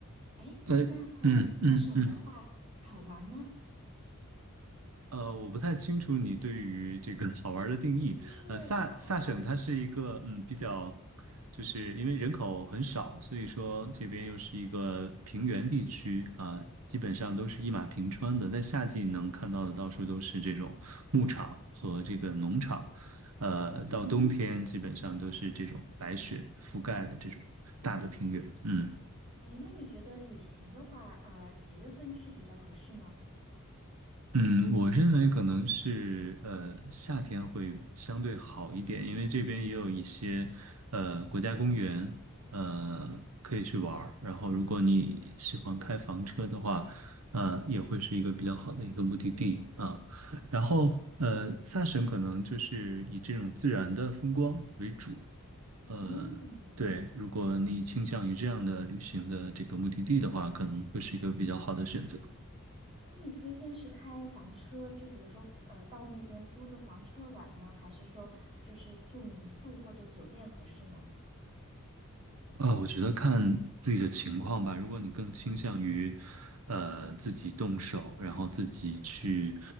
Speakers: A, on the right; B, on the right.
A: 哎，
B: 呃嗯嗯嗯。
A: 那萨省的话好玩儿吗？
B: 嗯呃，我不太清楚你对于这个好玩儿的定义。
A: 就是啊，
B: 呃，萨萨省它是一个嗯比较，
A: 呃
B: 就是因为人口很少，所以说这边又是一个平原地区啊，基本上都是一马平川的。在夏季能看到的到处都是这种牧场和这个农场，呃，到冬天基本上都是这种白雪覆盖的这种大的平原。嗯。
A: 哎，那你觉得旅行的话，呃，几月份去比较合适呢？
B: 嗯，我认为可能是呃夏天会相对好一点，因为这边也有一些呃国家公园，呃可以去玩儿。然后如果你喜欢开房车的话，呃也会是一个比较好的一个目的地啊。然后呃萨省可能就是以这种自然的风光为主，呃对，
A: 嗯，
B: 如果你倾向于这样的旅行的这个目的地的话，可能会是一个比较好的选择。
A: 那你推荐是开房车，就比如说，呃，到那边租个房车玩呢，还是说就是住民宿或者酒店合适呢？
B: 啊，我觉得看自己的情况吧。如果你更倾向于，
A: 嗯，
B: 呃，自己动手，然后自己去，